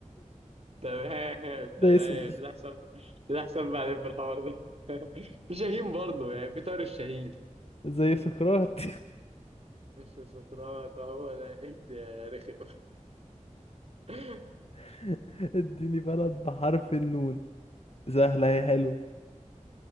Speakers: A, on the right; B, on the left.
A: تمام تمام
B: زي اسمه
A: تحسب تحسب بعدين في الحوار ده <laughs> في شاهين برضه يعني في طار الشهيد
B: زي سقراط
A: مش سقراط هو ده إيه ده يا رخم <laughs>
B: <laughs> اديني بلد بحرف النون سهلة هي حلو